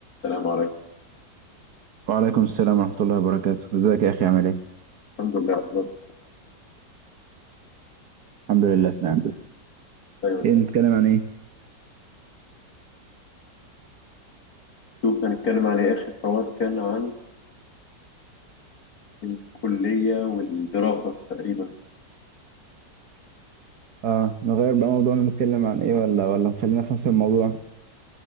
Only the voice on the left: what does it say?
السلام عليكم
الحمد لله على الوضع.
دايما
شوف هنتكلم عن إيه؟ آخر حوار كان عن الكلية والدراسة تقريبا